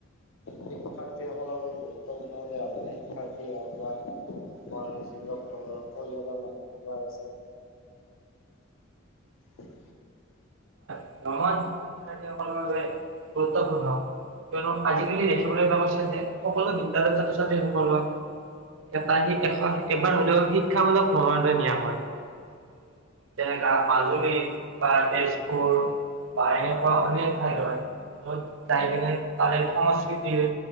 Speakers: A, on the left; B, on the right.
A: শিক্ষাৰ্থীসকলৰ বাবে গুৰুত্বপূৰ্ণ ভ শিক্ষাৰ্থী হওক বা তোমাৰ যিবিলাক ঘৰৰ পৰিয়ালৰ মানুহিলাক আছে, তাৰ
B: নাজ শিক্ষাৰ্থ <unintelligible> ভ ভে গুৰুত্বপূৰ্ণ তু আজি <unintelligible> দেখিবলৈ ভ গৈছে যে, সকলো বিদ্য়ালয় ছাত্ৰ ছাত্ৰী সকলক এটাাহি, এশ এইবাৰ হলেওক শিক্ষামূলক ভ্ৰমণ নিয়া। যেনেকা মাজুলীত বা তেজপুৰ বা এনেকুৱা অনেক ঠাই হয়, য'ত যাই কিনে তাৰে সংস্কৃতিৰ,